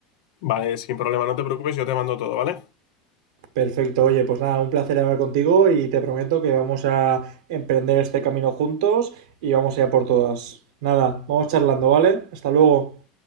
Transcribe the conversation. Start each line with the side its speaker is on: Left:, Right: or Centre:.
Left: Vale, sin problema, no te preocupes, yo te mando todo, ¿vale?
Right: Perfecto, oye, pues nada, un placer hablar contigo y te prometo que vamos a emprender este camino juntos y vamos a ir a por todas. Nada, vamos charlando, ¿vale? Hasta luego.